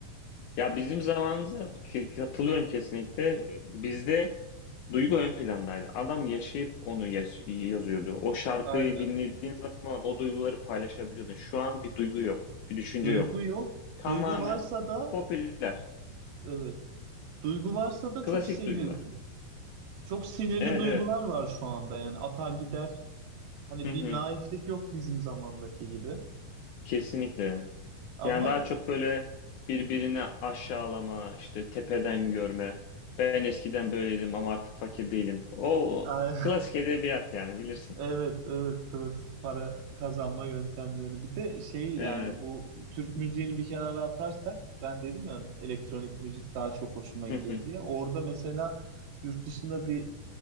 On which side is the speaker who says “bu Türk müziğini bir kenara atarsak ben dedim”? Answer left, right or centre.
Right